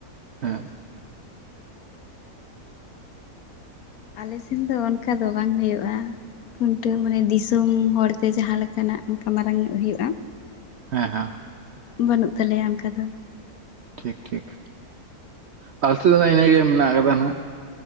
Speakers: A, on the right; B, on the left.
A: ᱦᱮᱸ
B: ᱟᱞᱮ ᱥᱮᱱ ᱫᱚ ᱚᱱᱠᱟ ᱫᱚ ᱵᱟᱝ ᱦᱩᱭᱩᱜᱼᱟ ᱠᱷᱩᱱᱴᱟᱹᱣ ᱢᱟᱱᱮ ᱫᱤᱥᱚᱢ ᱦᱚᱲᱛᱮ ᱡᱟᱦᱟᱸ ᱞᱮᱠᱟᱱᱟᱜ ᱚᱱᱠᱟ ᱢᱟᱨᱟᱝ ᱧᱚᱜ ᱦᱩᱭᱩᱜᱼᱟ
A: ᱦᱮᱸ ᱦᱮᱸ
B: ᱵᱟᱹᱱᱩᱜ ᱛᱟᱞᱮᱭᱟ ᱚᱱᱠᱟ ᱫᱚ
A: ᱴᱷᱤᱠ ᱴᱷᱤᱠ
B: <inaudible>
A: ᱟᱞᱮ ᱥᱤᱫ ᱫᱚ ᱱᱟᱜ ᱤᱱᱟᱹ ᱜᱮ ᱢᱮᱱᱟᱜ ᱠᱟᱫᱟ ᱱᱟᱜ